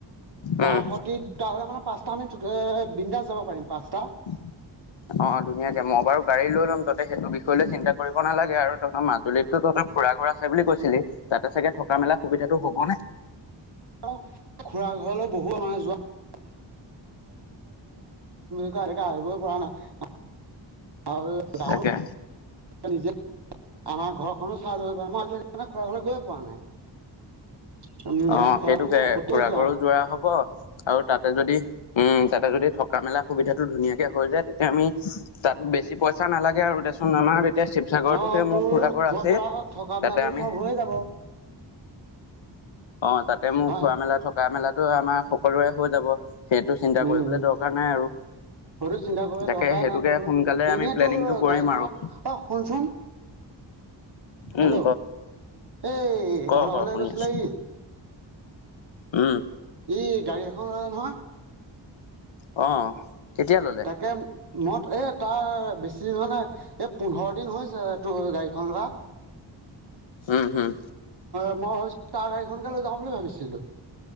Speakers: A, on the left; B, on the right.
A: উম।
B: তাৰ সতি দুটা হলে মানে পাঁচটা আমি বিন্ন্দা যাব পাৰিম পাঁচটা
A: উম অ ধুনীয়াকে মই বাৰু গাড়ী লৈ ল'ম তাতে সেইটো বিষয় লৈ চিন্তা কৰিব নালাগে আৰু তহত মাজুলীতো তহ খুৰা ঘৰ আছে বুলি কৈছিলি তাতে চাগে থকা মেলা সুবিধাটো হব নে
B: তেওঁ খুৰা ঘৰলৈ বহু মানুহে যোৱা আহিব পৰা নাইাৰ
A: তাকে
B: নিে আমাৰ ঘৰখনো চাহ্যাব প ম খোৰা ঘ গৈ পোৱা নাই সেইকাৰণে
A: অ
B: খুৰা
A: সেইটোকে
B: মানে আপত্তি
A: খুৰা
B: কৰিছে
A: ঘৰো
B: আৰু
A: যৰা হব আৰু তাতে যদি উম তাতে যদি থকা মেলা সুবিধাটো ধুনীয়াকে হৈ যায় তেতিয়া আমি তাত বেছি পইচা নালাগে আৰু টেশচনাৰ এতিয়া শিৱসাগৰৰতোহে
B: অ' তোৰ
A: মোৰ খুৰা ঘৰ
B: খোৱা
A: আছে
B: বোৱা থকা মেলাটো
A: তাতে আমি
B: চব হৈয়ে যাব
A: অ তাতে মোৰ
B: হয়
A: খোৱা
B: নাই
A: মেলা থকা মেলাতো আমাৰ সকলোৰে হৈ যাব সেইটো চিন্তা
B: উম
A: কৰিবলৈ দৰকাৰ নাই আৰু
B: সেইটো চিন্তা কৰিবলৈ
A: তাকে
B: দৰকাৰেই
A: সেইটোকে
B: নাই তোৰ
A: সোনকালে
B: এনেই
A: আমি প্লেনিংটো
B: তোৰ
A: কৰিম
B: গাড়ীখনত
A: আৰু
B: অ' শুনচোন হেল্ল'
A: উম
B: এই
A: কও
B: তহঁতৰ
A: ক ক
B: ঘৰলৈ
A: শুনি
B: গৈছিলে
A: আছো
B: ই
A: উম
B: ই গাড়ী এখন ল'লে নহয়
A: অ কেতিয়া ললে
B: তাকে মদ এ তাৰ বেছি দিন হয় নাই এই পোন্ধৰ দিন হৈছে গাডীখন লা
A: উম হম
B: মই ভাবিছিলো তাৰ গাড়ীখনকে লৈ যাওঁ বুলি ভাবিছিলো